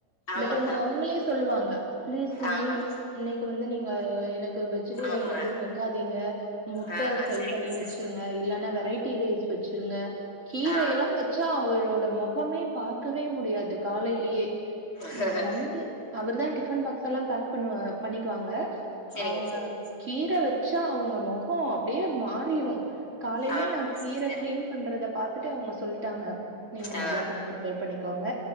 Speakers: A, on the left; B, on the right.
A: ஆமாங்க.
B: பட் வந்து அவுங்களே சொல்லுவாங்க பிளீஸ் மம்மி
A: ஆமாங்க.
B: இன்னைக்கு வந்து நீங்க எனக்கு வெஜிடேரியன்
A: ஆமா.
B: எதுவு வெக்காதீங்க முட்ட
A: ஆ, ஆ
B: ஃரை
A: சரிங்க
B: பண்ணி
A: சிஸ்.
B: வீச்சிருங்க இல்லனா வெரைட்டி ரைஸ் வெச்சிருங்க கீரையெல்லா
A: ஆ
B: வெச்சா அவரோட மொகமே பாக்கவே முடியாது காலைலயே
A: சரிங்க.
B: ம் ல அவருதான் டிஃபன் பாக்ஸ்ல்லா பேக் பண்ணு பண்ணிக்குவாங்க
A: சரிங்க,
B: அவுங்க
A: சரிங்க.
B: கீர வெச்சா அவுங்க முகோ அப்டியே மாறிரு காலைலயே
A: ஆ
B: நா கீர
A: சிஸ்டர்.
B: கிளீன் பண்றத பாத்துட்டு அவுங்க சொல்ட்டாங்க நீங்க
A: ஆ
B: மத்தியானத்துக்கு ப்ரிப்பேர் பண்ணிக்கோங்க